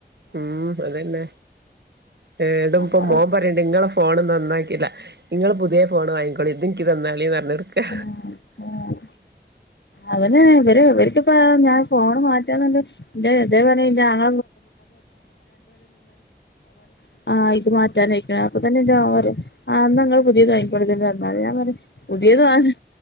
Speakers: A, on the right; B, on the left.
A: ഉം അതന്നെ ഏഹ് ഇടം
B: നമ്മള്
A: ഇപ്പോ മോൻ പറയ്ണ്ട് ഇങ്ങളെ ഫോണ് നന്നാക്കില്ല. ഇങ്ങള് പുതിയ ഫോണ് വാങ്ങിക്കോളി ഇതെനിക്ക് തന്നാളീന്ന് പറഞ്ഞ് നടക്കാ
B: ഏഹ് ഏഹ് അവനെ ഇവര് ഇവരിക്കിപ്പ ഞാൻ ഫോണ് മാ റ്റാന്ന് പറഞ്ഞ ഇതേ <unintelligible> ഇത് മാറ്റാനായിക്കുന്ന് അപ്പോ തന്നെ <unintelligible> ന്നാ ഇങ്ങള് പുതിയത് വാങ്ങിക്കോളി ഇതിങ്ങ് തന്നാളി ഞാൻ പറഞ്ഞ് പു തിയത് വാങ്ങാൻ